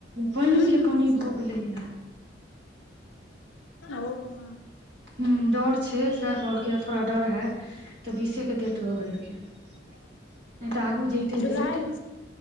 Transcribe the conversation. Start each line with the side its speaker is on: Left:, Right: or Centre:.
Right: पइन
Left: हू
Right: के
Left: हू
Right: कमी भऽ कुलियए
Left: ओ
Right: हं डोर छै से कहलकै थोड़ा डोर है तऽ बीसे के डेट दऽ देलकइ नय तऽ आगू जते
Left: जुलाई
Right: डेट